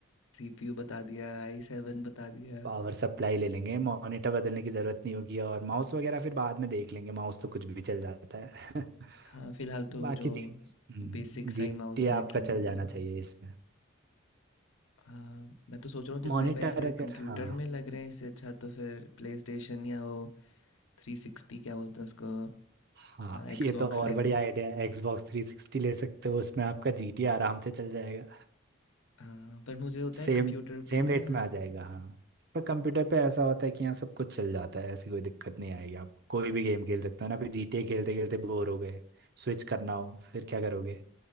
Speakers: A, on the left; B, on the right.
A: सीपीयू बता दिया आई सेवन बता दिया
B: पावर सप्लाई ले लेंगे मॉनिटर बदलने की ज़रूरत नहीं होगी और माउस वगैरह फिर बाद में देख लेंगे माउस तो कुछ भी चल जाता है <laughs>
A: हाँ फिलहाल तो
B: बाकी
A: जो
B: जी हम्म,
A: बेसिक सा
B: जी
A: ही माउस
B: टी
A: है
B: आपका
A: कीबोर्ड
B: चल जाना
A: मेरा
B: चाहिए इसमें
A: हाँ मैं तो सोच रहा हूँ जितने
B: मॉनिटर
A: पैसे
B: अगर
A: कंप्यूटर
B: हाँ
A: में लग रहे हैं इससे अच्छा तो फिर प्ले स्टेशन या वो थ्री सिक्सटी क्या बोलते हैं उसको
B: हाँ
A: एक्सबॉक्स
B: ये तो और
A: ले
B: बढ़िया
A: लूँ
B: आइडिया है Xbox 360 ले सकते हो उसमें आपका जी टी आराम से चल जाएगा
A: हाँ पर मुझे होता
B: सेम
A: है कंप्यूटर
B: सेम
A: पे ना
B: रेट में आ जाएगा हाँ पर कंप्यूटर पे ऐसा होता है कि यहाँ सब कुछ चल जाता है ऐसी कोई दिक्कत नहीं आएगी आपको कोई भी गेम खेल सकते हो ना फिर जी टी ए खेलते खेलते बोर हो गए स्विच करना हो फिर क्या करोगे